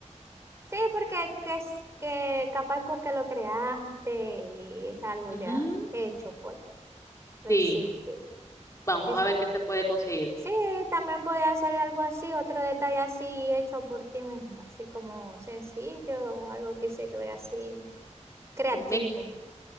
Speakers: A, on the right (about 20°); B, on the left (about 25°).
A: Sí, porque que es que capaz porque lo creaste y es algo
B: Ujú.
A: ya hecho, pues, lo
B: Sí,
A: hiciste.
B: vamos
A: Y s-
B: a ver qué se puede conseguir.
A: sí, también podía hacer algo así, otro detalle así hecho por ti misma, así como sencillo, algo que se que ve así creativo.
B: Me-